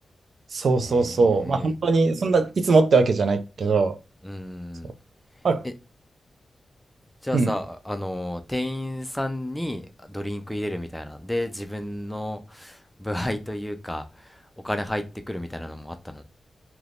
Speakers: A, on the right; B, in the centre.
A: そうそうそう。
B: へえ
A: まあ本当に、そんな、いつもってわけじゃないけど、
B: うん
A: そうまあ、
B: えじゃあさあの店員さんにドリンク入れるみたいなで自分の
A: うん。
B: 部配というかお金入ってくるみたいなのもあったの